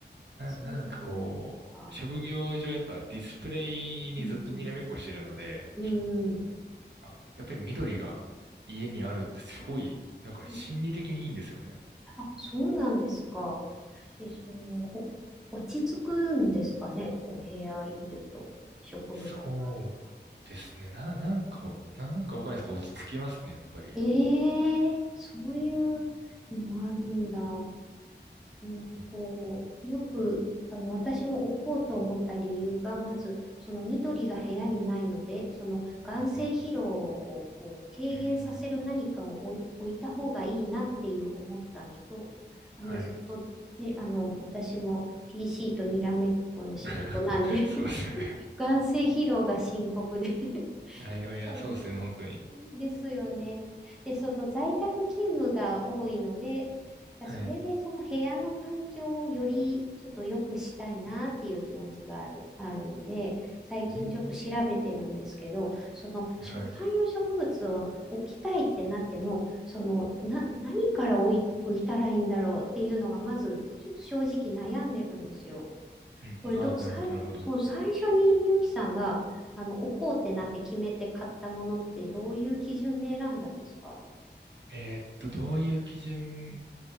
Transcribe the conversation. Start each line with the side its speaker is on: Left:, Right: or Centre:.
Right: な、
Centre: そうなんか。
Right: なんかこう、職業上やっぱディスプレイにずっとにらめっこしてるので、
Centre: うんうん。うん。
Right: なんか、やっぱり緑が家にあるってすごい、なんか心理的にいいんですよね。
Centre: うん。あ、そうなんですか。え、その、お、落ち着くんですかね。お部屋いると。植物があると。
Right: そうですね。な、なんか、なんかわかんないですけど、落ち着きますね、やっぱり。
Centre: ええそういうのもあるんだ。うんこう、
Right: うん、
Centre: よく、あの、私も置こうと思った理由が、まず、その緑が部屋にないので、その眼性疲労をこう軽減させる何かを置い、
Right: うん、うん。うん
Centre: 置いた方がいいなっていう思ったのと、あの、
Right: はい。
Centre: ずっと、ね、あの、私も PC とにらめっこの仕事なんで
Right: <laughs> そうですよね。
Centre: <laughs> 眼性疲労が深刻で <laughs>
Right: はい、いや、
Centre: その、
Right: そうですよね、本当に。
Centre: ですよね。で、その在宅勤務が多いので、
Right: はい。
Centre: それでその部屋の環境をよりちょっと良くしたいなっていう気持ちがある、あるんで、最近ちょっと調べてるんですけど、
Right: うん。
Centre: そのしょ観葉植物を置きたいってなっても、
Right: はいはい。
Centre: そのな、何から置い、置いたらいいんだろうっていうのがまずちょっと正直悩んでるんですよ。これど、
Right: うん。ああ、
Centre: 最、
Right: なるほど、なるほど。
Centre: そう、最初にゆうきさんが、あの、置こうってなって決めて買ったものってどういう基準で選んだんですか
Right: えーっと、どういう基準、